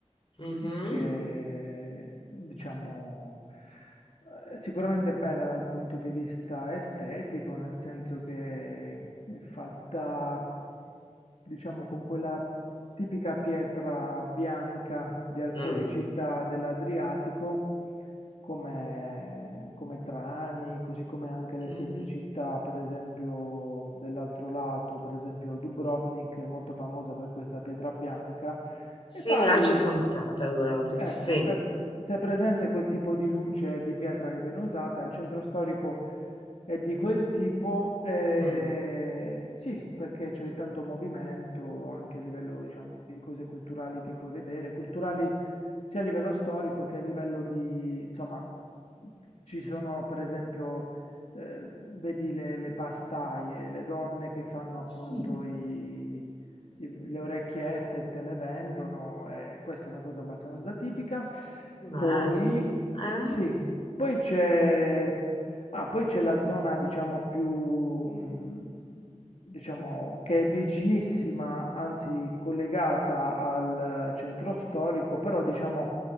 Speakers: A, on the left (about 45°); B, on the left (about 70°).
A: Mhm.
B: che diciamo eh, sicuramente è bella dal punto di vista estetico, nel senso che è fatta diciamo con quella tipica pietra bianca di alcune
A: Mm.
B: città dell'Adriatico, come, come Trani, così come anche le
A: Mm.
B: stesse città, per esempio dell'altro lato, per esempio Dubrovnik è molto famosa per questa pietra bianca.
A: Sì,
B: E pari
A: là ci sono stata, a Dubrovnik,
B: Ecco,
A: sì.
B: è p- se è presente quel tipo di luce di pietra che viene usata, il centro storico è di quel tipo, eh,
A: Mm.
B: sì, perché c'è tanto movimento anche a livello, diciamo, di cose culturali che puoi vedere, culturali sia a livello storico che a livello di, insomma, s- ci sono per esempio, eh, vedi le, le pastaie, le donne che fanno appunto
A: Mm,
B: i i- le orecchiette te le vendono, e questa è una cosa abbastanza tipica.
A: Bello.
B: Poi,
A: Eh?
B: sì, poi c'è ah, poi c'è la zona, diciamo, più, mh, diciamo, che è vicinissima, anzi collegata al centro storico, però, diciamo,